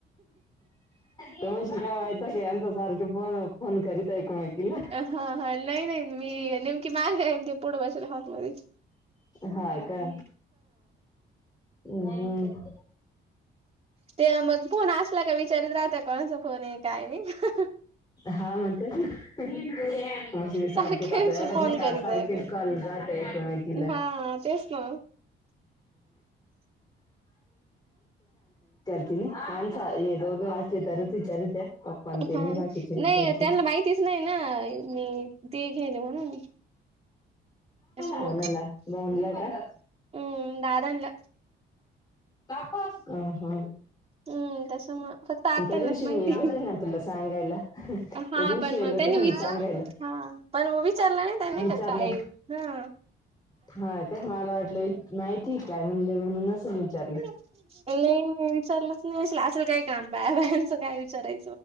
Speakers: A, on the left (about 20°); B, on the right (about 30°).
A: ते म्हणशील काय माहतं काय यांच्या सारखे फोन फोन करीत आहे ऐकमेकीला.
B: हा हा ल नाही नाही मी नेमकी मा. <unintelligible> पोडवायचे हातमध्ये
A: हाय का हम्म हम्म.
B: ते मग फोन असला का विचारत राहतं कोणाचा फोन आहे काय नाही.
A: हा म्हणते म्हणजे सारखेच
B: सारखे
A: आता एवढ्याच
B: फोन
A: नाही का
B: करीत
A: सारखेच
B: आहे
A: कॉल जाते एकमेकीला.
B: हा तेच ना
A: <unintelligible> तुम्ही माणसे ये दोघं असती तरी विचारिते पप्पानं तेन
B: हा
A: बाकीच विचारती.
B: नाही त्यांना माहितीच नाही ना मी ते घ्यायली म्हणून. त्याच्यामुळ
A: कोणाला बऊनला का?
B: हम्म दादांला
A: हा हा
B: हम्म. तस म फक्त आत्यानंच
A: त्या दिवशी
B: माहिती
A: मी येल होते ना तुला सांगायला त्या
B: हा
A: दिवशी
B: पण
A: येल
B: म
A: होते
B: त्यांनी
A: ना मी
B: विचार
A: सांगायला
B: हा पण मग विचारलं नाही त्यांनी
A: विचारलं
B: का काय हा.
A: हा काय मला वाटलं इ माहिती काय म्हणले म्हणून नसेल विचारलं.
B: नाही नाही विचारलंच नाही असेल असलं काय काम बायाबायांचं काय विचाराय